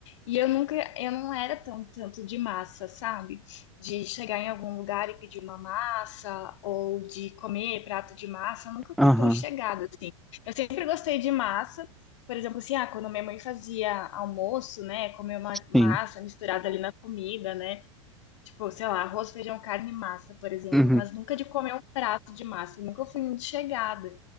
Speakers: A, on the left; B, in the centre.
A: E eu nunca, eu não era tão, tanto de massa, sabe? De chegar em algum lugar e pedir uma massa, ou de comer prato de massa, eu nunca
B: Aham,
A: fui tão chegada assim. Eu sempre gostei de massa. Por exemplo, assim, ah, quando minha mãe fazia almoço, né, comer uma massa
B: sim.
A: misturada ali na comida, né? Tipo, sei lá, arroz, feijão, carne e massa, por exemplo,
B: Uhum.
A: mas nunca de comer um prato de massa, nunca fui muito chegada.